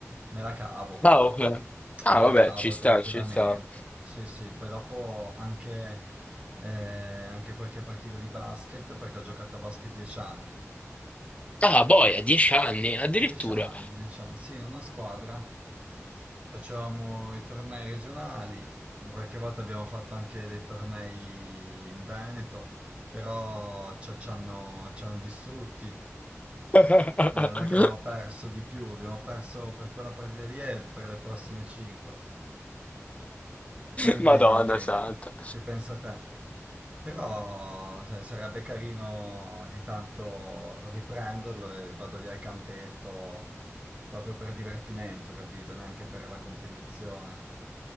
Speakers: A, on the right; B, on the left.
A: Me la cavo,
B: Ah, ok. Ah,
A: me la
B: vabbè,
A: cavo
B: ci sta,
A: tranquillamente.
B: ci sta.
A: Sì, sì, poi dopo anche, eh, anche qualche partita di basket, perché ho giocato a basket 10 anni.
B: Ah, boia, dieci anni, addirittura.
A: 10 anni, 10 anni, sì, in una squadra. Facevamo i tornei regionali, qualche volta abbiamo fatto anche dei tornei in Veneto, però ci ci hanno, ci hanno distrutti
B: <laughs>
A: Eh, non è che abbiamo perso di più, abbiamo perso per quella partita lì e per le prossime 5. Quindi
B: Madonna
A: eh,
B: santa.
A: si pensa a te. Però se- sarebbe carino ogni tanto riprenderlo e vado lì al campetto proprio per divertimento, capito? Neanche per la competizione.